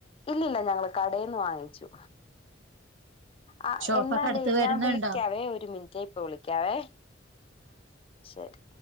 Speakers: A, on the left; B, on the right.
A: ഇല്ലില്ല ഞങ്ങൾ കടെന്ന് വാങ്ങിച്ചു ആ
B: ഷോപ്പൊക്കെ
A: എന്നാലേ
B: അടുത്ത് വരുന്നുണ്ടോ
A: ഞാൻ വിളിക്കാവേ ഒരു മിനിറ്റ് ഇപ്പൊ വിളിക്കാവേ ശരി